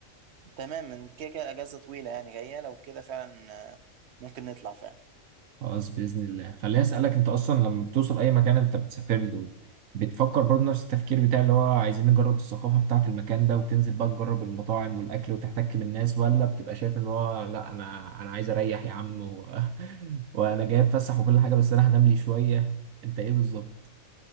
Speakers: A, on the right (about 60°); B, on the right (about 80°).
A: تمام من كده كده الاجازه طويله يعني جايه لو كده فعلا آه، ممكن نطلع فعلا
B: خلاص باذن الله خليني اسالك انت اصلا لما بتوصل اي مكان انت بتسافر له بتفكر برضه نفس التفكير بتاع اللي هو عايزين نجرب الثقافه بتاعه المكان ده وتنزل بقى تجرب المطاعم والاكل وتحتك بالناس ولا بتبقى شايف ان هو لا انا انا عايز اريح يا عم و... <laughs> وانا جاي اتفسح وكل حاجه بس انا هنام لي شويه انت ايه بالظبط